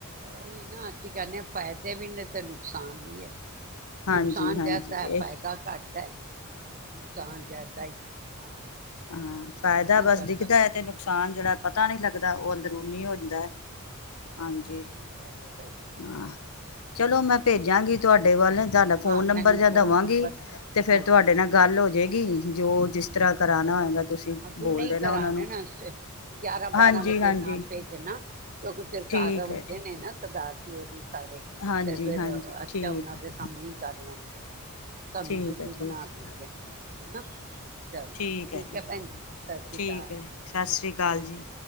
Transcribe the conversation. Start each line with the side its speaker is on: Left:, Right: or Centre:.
Right: ਉਹੀ ਨਾ ਅਸੀਂ ਕਹਿੰਦੇ ਹ ਫਾਇਦੇ ਵੀ ਨੇ ਤੇ ਨੁਕਸਾਨ ਵੀ ਹੈ,
Left: ਹਾਂਜੀ
Right: ਨੁਕਸਾਨ
Left: ਹਾਂਜੀ
Right: ਜ਼ਿਆਦਾ
Left: ਇਹ
Right: ਹੈ ਫਾਇਦਾ ਘੱਟ ਹੈ ਨੁਕਸਾਨ ਜ਼ਿਆਦਾ ਹੀ ਹੈ। ਹਾਂ
Left: ਹਾਂ ਫਾਇਦਾ
Right: ਕੀ
Left: ਬਸ
Right: ਕਰ
Left: ਦਿਖਦਾ
Right: ਸਕਦੇ
Left: ਹੈ
Right: ਹਾਂ
Left: ਤੇ
Right: ਅਸੀਂ,
Left: ਨੁਕਸਾਨ ਜਿਹੜਾ ਪਤਾ ਨੀ ਲੱਗਦਾ ਉਹ। ੂ <unintelligible>
Right: ਹਾਂ
Left: ਹਾਂਜੀ
Right: ਠੀਕ ਕਹਿ ਰਹੇ ਹੋ ਭੈਣ ਜੀ ਤੁਸੀਂ
Left: ਹਾਂ ਚਲੋ ਮੈਂ ਭੇਜਾਂਗੀ ਤੁਹਾਡੇ ਵੱਲ ਤੁਡਾ ਫੋਨ
Right: ਹਾਂ ਮੈਨੂੰ
Left: ਨੰਬਰ ਜਾਂ
Right: ਫੋਨ
Left: ਦਵਾਂਗੀ
Right: ਨੰਬਰ
Left: ਤੇ ਫਿਰ
Right: ਹਾਂਜੀ
Left: ਤੁਹਾਡੇ ਨਾਲ ਗੱਲ ਹੋ <inaudible> ਜੋ ਜਿਸ ਤਰ੍ਹਾਂ ਕਰਾਉਣਾ ਹੋਏਗਾ ਤੁਸੀਂ
Right: ਅਭੀ
Left: ਬੋਲ
Right: ਨਹੀ ਕਰਾ
Left: ਉਹਨਾਂ
Right: ਦੇਣਾ
Left: ਨੂੰ
Right: ਗਿਆਰਾਂ
Left: ਹਾਂਜੀ
Right: ਬਾਰਾਂ ਵਜੇ
Left: ਹਾਂਜੀ
Right: ਨਾਲ ਭੇਜਣਾ ਕਿਉਂਕਿ ਫਿਰ
Left: ਠੀਕ
Right: ਘਰ ਹੁੰਦੇ
Left: ਹੈ ਜੀ
Right: ਨੇ ਨਾ ਸਰਦਾਰ ਜੀ। ਸਾਰੇ
Left: ਹਾਂਜੀ
Right: ਤੇ ਫਿਰ
Left: ਹਾਂਜੀ
Right: ਅੱਛਾ
Left: ਠੀਕ
Right: ਉਹਨਾਂ
Left: ਹੈ
Right: ਦੇ ਸਾਹਮਣੇ ਹੀ ਕਰ ਲੈਣਗੇ। ਸਾਨੂੰ
Left: ਠੀਕ
Right: ਬੁਧੂ
Left: ਹੈ ਠੀਕ
Right: ਬਣਾ
Left: ਹੈ।
Right: ਦੇਣਗੇ ਹਨਾ। ਚਲੋ
Left: ਠੀਕ ਹੈ ਜੀ
Right: ਭੈਣ ਸਤਿ ਸ਼੍ਰੀ
Left: ਠੀਕ
Right: ਅਕਾਲ
Left: ਹੈ ਸਤਿ ਸ੍ਰੀ ਅਕਾਲ ਜੀ।